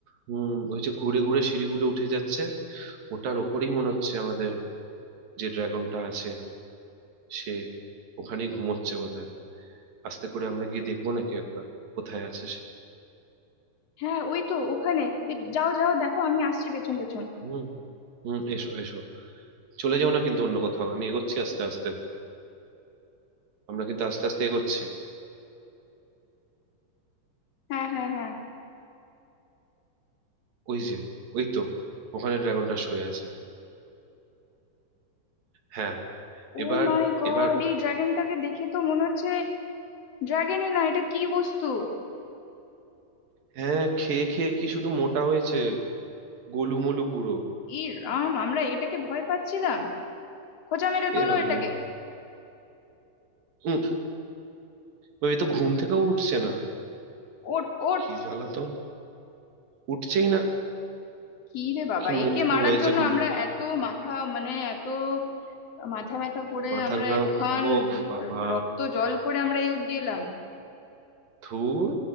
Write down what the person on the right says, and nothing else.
হম ওই যে ঘুরে ঘুরে সিঁড়িগুলো উঠে যাচ্ছে ওটার ওপরেই মনে হচ্ছে আমাদের যে ড্রাগনটা আছে সে ওখানেই ঘুমোচ্ছে বোধহয় আস্তে করে আমরা গিয়ে দেখবো নাকি একবার কোথায় আছে সে
হুম হুম এসো এসো চলে যাও না কিন্তু অন্য কোথাও আমি এগোচ্ছি আস্তে আস্তে আমরা কিন্তু আস্তে আস্তে এগোচ্ছি
ওই যে ওই তো ওখানে ড্রাগনটা শুয়ে আছে হ্যাঁ
এবার
এবার
হ্যাঁ খেয়ে খেয়ে কি শুধু মোটা হয়েছে গোলুমোলু পুরো
এ ভাবে
উম, ওই তো ঘুম থেকেও উঠছে না
কি জ্বালাতন উঠছেই না
কি মোটকু
হয়েছে
ঘুম
পুরো।
মাথার
ঘাম
ও
বাবা
ধুর